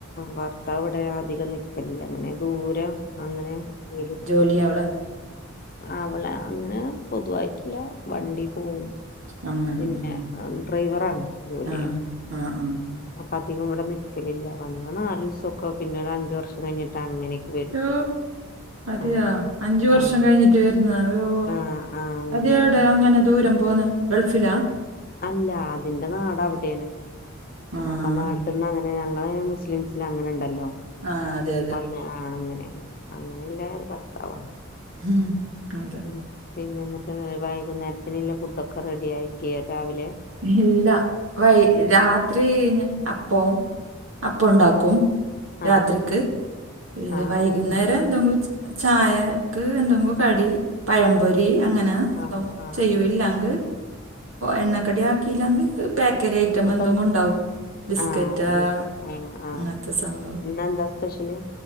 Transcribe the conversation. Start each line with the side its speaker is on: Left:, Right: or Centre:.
Left: ഭർത്താവ് ഇവിടെ അധികം നി എല്ലങ്ങനെ ദൂരം അങ്ങനെ വീട് <unintelligible>
Right: ഇല്ല്യ അവള്.
Left: അവള് അങ്ങനെ പൊതുവായിട്ടില്ല. വണ്ടി പോവും.
Right: അങ്ങനെ
Left: പിന്നെ
Right: ഉം
Left: ഡ്രൈവറാണ് ജോലിയും.
Right: ആഹ് ആഹ് ആഹ്
Left: അപ്പൊ അധികം ഇവിടെ നിൽക്കലില്ല. വന്ന നാല് ദിവസം ഒക്കെ. പിന്നെ ഒരു അഞ്ചു വർഷം കഴിഞ്ഞിട്ട് അങ്ങനെയൊക്കെ. വരുള്ളൂ
Right: യോ അതെയാ.
Left: ആഹ്
Right: അഞ്ചു വർഷം
Left: ആഹ്
Right: കഴിഞ്ഞിട്ട് വരുന്ന യോ
Left: ആഹ് ആഹ് അങ്ങനെയാണ്
Right: അതെവിടെയാ അങ്ങനെ ദൂരം പോന്ന. ഗൾഫിലാ.
Left: അല്ല, അതിന്റെ നാട് അവിടെയാണ്.
Right: ആഹ്
Left: അപ്പൊ നാട്ടിന്ന് അങ്ങനെ ഞങ്ങളേ മുസ്ലീംസ് <unintelligible> അങ്ങനെ ഉണ്ടല്ലോ.
Right: ആഹ് അതെ അതെ
Left: അയിന് ആ അങ്ങനെന്നെ അങ്ങനെല്ല ഭർത്താവ്.
Right: ഹം. അതെ.
Left: ഉം പിന്നെ എന്നിട്ട് വേ വൈകുന്നേരത്തിന്ള്ള ഫുഡൊക്കെ റെഡി ആക്കിയോ രാവിലെ
Right: ഇല്ല വൈ രാത്രി ഞ അപ്പം അപ്പ ഉണ്ടാക്കും രാത്രിക്ക്
Left: ആഹ് ആഹ്
Right: ഇത്
Left: ആഹ്
Right: വൈ കുന്നേരം എന്തെങ്കും ച് ചായക്ക് എന്തെങ്കും കടി പഴംപൊരി അങ്ങനെ എന്തവും
Left: ആഹ് ആഹ്
Right: ചെയ്യും ഇല്ലങ്കി
Left: ആഹ്
Right: എണ്ണ കടിയാക്കില്ലെങ്കി ബേ <unintelligible> ക്കറി ഐറ്റം
Left: ഇന്നിപ്പോ
Right: എന്തെങ്കും ഉണ്ടാവും ബിസ്കറ്റാ
Left: ആഹ് ആഹ് ആഹ്
Right: അങ്ങനത്തെ സംഭവം.
Left: ഇന്നെന്താ സ്പെഷല്